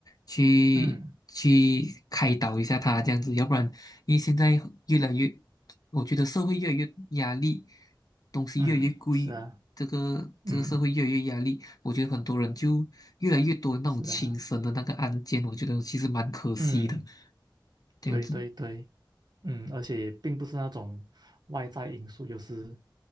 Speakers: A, on the left (about 50°); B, on the right (about 55°).
A: 去去开导一下他这样子，
B: 嗯
A: 要不然，因为现在越来越，我觉得社会越来越压力，东西越来越贵，
B: 嗯，是啊，
A: 这个这个社会越来越压力，
B: 嗯
A: 我觉得很多人就越来越多那种轻生的那个案件，
B: 是啊，
A: 我觉得其实蛮可惜的，
B: 嗯，
A: 这样子，
B: 对对对。嗯，而且也并不是那种外在因素，有是